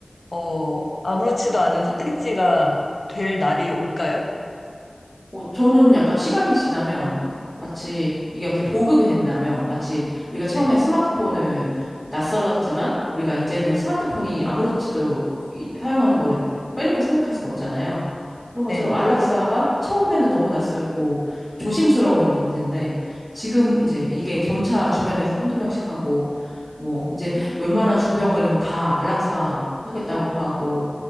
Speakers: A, on the left; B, in the centre.
A: 어 아무렇지도 않은 선택지가 될 날이 올까요?
B: 어, 저는 약간 시간이 지나면 마치 이게 어떻게 보급이 된다면 마치 우리가 처음에
A: 네.
B: 스마트폰을 낯설었지만 우리가 이제는 스마트폰이 아무렇지도 이- 사용하는 거를 빼- 빼놓고 생각할 수가 없잖아요. 그런 것처럼
A: 네.
B: 안락사가 처음에는 너무 낯설고 조심스러운 존재인데 지금 이제 이게 점차 주변에서 한두 명씩 하고 뭐 이제 웬만한 중병 걸리면 다 안락사 하겠다고 하고